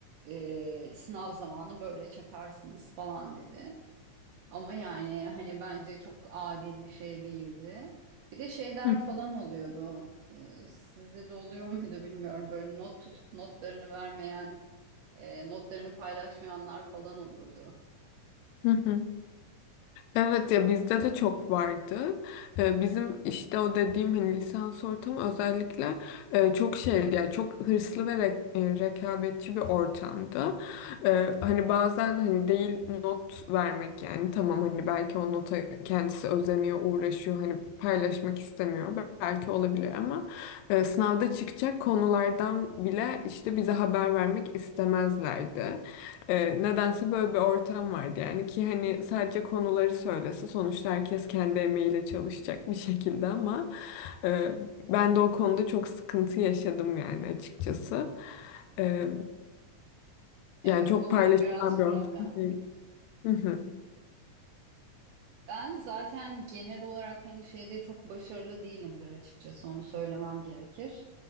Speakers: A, on the right; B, on the left.
A: ee, sınav zamanı böyle çakarsınız falan dedi. Ama yani hani bence çok adil bir şey değildi. Bir de şeyler
B: hı
A: falan oluyordu. Ee, sizde de oluyor muydu bilmiyorum. Böyle not tutup notlarını vermeyen, e, notlarını paylaşmayanlar falan olurdu.
B: hı hı. Evet ya bizde de çok vardı. Ee, bizim işte o dediğim hani lisans ortamı özellikle e, çok şeydi yani çok hırslı ve re- e, rekabetçi bir ortamdı. Ee, hani bazen hani değil not vermek yani tamam hani belki o nota kendisi özeniyor, uğraşıyor hani paylaşmak istemiyor belki olabilir ama e, sınavda çıkacak konulardan bile işte bize haber vermek istemezlerdi. E, nedense böyle bir ortam vardı yani ki hani sadece konuları söylese sonuçta herkes kendi emeğiyle çalışacak bir şekilde ama e, ben de o konuda çok sıkıntı yaşadım yani açıkçası. E,
A: Evet,
B: yani çok
A: o hep
B: paylaşılan
A: biraz
B: bir
A: problem.
B: ortam değil. Hı hı.
A: Ben zaten genel olarak hani şeyde çok başarılı değilimdir açıkçası onu söylemem gerekir.